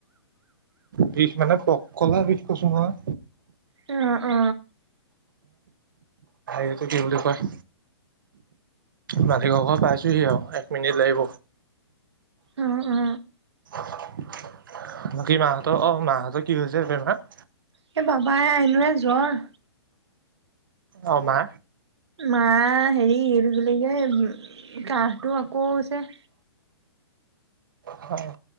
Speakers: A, on the right; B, on the right.
A: বিষ মানে তটকলা বিষ কছো নহয়।
B: অ অ।
A: হটো কি বুলি কয়। মালিঘৰ ঘৰ পাইছোঁহি আৰু এক মিনিট লাগিব।
B: অ অ
A: বাকী মাহঁতৰ অ মাহঁতৰ কি হৈছে বেমাৰ
B: এই বাবাই আইনুৰ জ্বৰ
A: অ মা।
B: মা হেৰি এইটো কি কি কাহটো আকৌ হৈছে।
A: হয়।